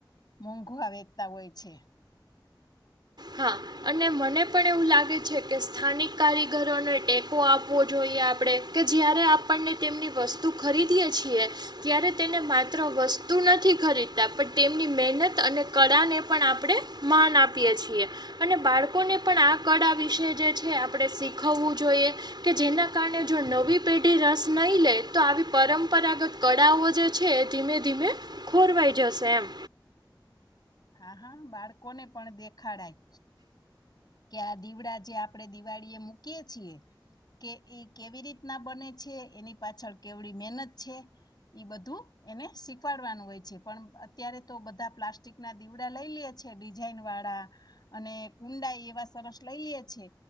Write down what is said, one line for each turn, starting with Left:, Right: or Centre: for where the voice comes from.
Left: મોંઘવા વેચતા હોય છે.
Right: હા. અને મને પણ એવું લાગે છે કે સ્થાનિક કારીગરોને ટેકો આપવો જોઈએ આપણે. કે જ્યારે આપણને તેમની વસ્તુ ખરીદીએ છીએ. ત્યારે તેને માત્ર વસ્તુ નથી ખરીદતા પણ તેમની મહેનત અને કળા ને પણ આપણે માન આપીએ છીએ. અને બાળકોને પણ આ કળા વિશે જે છે આપણે શીખવવું જોઈએ. કે જેના કારણે જો નવી પેઢી રસ નહી લે તો આવી પરંપરાગત કળાઓ જે છે એ ધીમે ધીમે, ખોરવાઈ જશે એમ.
Left: હા, હા, બાળકો ને પણ દેખાડાય. કે આ દીવડા જે આપણે દિવાળી એ મૂકીએ છીએ. કે એ કેવી રીતના બને છે, એની પાછળ કેવડી મહેનત છે. એ બધું એને શીખવાડવાનું હોય છે, પણ અત્યારે તો બધા પ્લાસ્ટિક. ના દીવડા લઈ લે છે, ડિઝાઇન વાળા અને કુંડાઈ એવા સરસ લઈ લે છે.